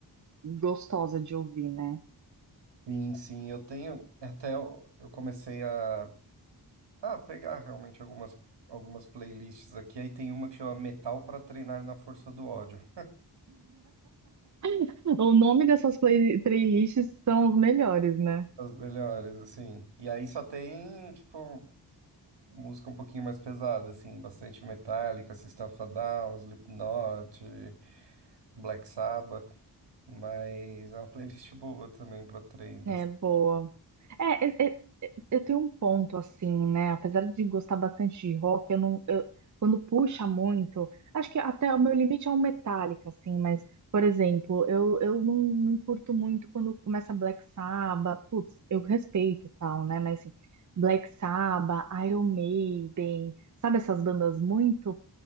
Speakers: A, on the right (about 45°); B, on the right (about 75°).
A: gostosa de ouvir, né?
B: Sim, sim, eu tenho. Até eu, eu comecei a, a pegar realmente algumas, algumas playlists aqui. Aí tem uma que chama Metal para Treinar na Força do Ódio.
A: <laughs> O nome dessas play- playlists são os melhores, né?
B: As melhores, assim. E aí só tem, tipo, música um pouquinho mais pesada, assim, bastante Metallica, System of a Down, Slipknot, Black Sabbath, mas é uma playlist <laughs> boa também pra treinos.
A: É boa. É, é, é, é, eu tenho um ponto assim, né? Apesar de gostar bastante de rock, eu não, eu- quando puxa muito, acho que até o meu limite é um Metallica, assim. Mas, por exemplo, eu, eu não, não curto muito quando começa Black Sabbath. Putz, eu respeito e tal, né? Mas assim, Black Sabbath, Iron Maiden, sabe essas bandas muito